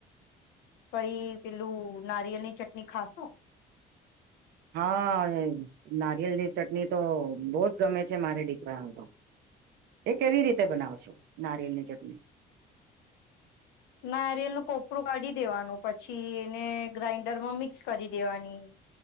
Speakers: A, on the left; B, on the right.
A: પછી પેલું નારિયેલની ચટણી ખાશો.
B: હા નારિયેલની ચટણી તો બહુ જ ગમે છે મારે દીકરા ને તો. એ કેવી રીતે બનાવ છો નારિયેલ ની ચટણી.
A: નારિયેલ નુ કોપરું કાઢી દેવાનું પછી એને ગ્રાઇન્ડરમાં મિક્સ કરી દેવાની